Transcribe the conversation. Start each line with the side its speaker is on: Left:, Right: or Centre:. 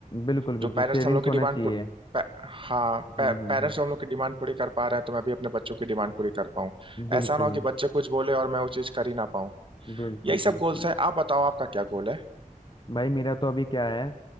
Left: बिल्कुल बिल्कुल
Right: जो पेरेंट्स
Left: सेविंग्स
Right: हम लोग की
Left: होना
Right: डिमांड
Left: चाहिए
Right: पू- पे, हाँ पे,
Left: हम्म
Right: पेरेंट्स
Left: हम्म
Right: जो हम लोग की डिमांड पूरी कर पा रहे हैं तो मैं भी अपने बच्चों की डिमांड पूरी कर पाऊँ
Left: हम्म बिल्कुल
Right: ऐसा ना हो कि बच्चे कुछ बोले और मैं वो चीज कर ही ना पाऊँ
Left: बिल्कुल
Right: यही सब
Left: बिल्कुल
Right: गोल्स है आप बताओ आपका क्या गोल है
Left: भाई मेरा तो अभी क्या है